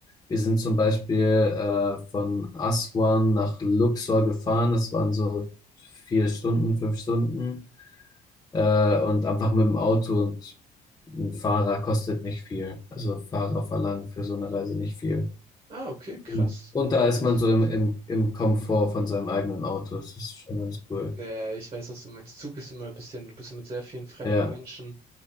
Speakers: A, on the left; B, on the right.
A: wir sind zum Beispiel äh, von Aswan nach Luxor gefahren, das waren so vier Stunden, fünf Stunden, äh, und einfach mit dem Auto und ein Fahrer kostet nicht viel. Also Fahrer verlangen für so eine Reise nicht viel.
B: Ah, okay, krass.
A: Und, und
B: Nein,
A: da ist
B: weißt
A: man so
B: du
A: im,
B: wissen.
A: im, im Komfort von seinem eigenen Auto, das ist schon ganz cool.
B: Ja, ja, ich weiß, was du meinst. Zug ist immer ein bisschen, du bist so mit sehr vielen fremden
A: Ja,
B: Menschen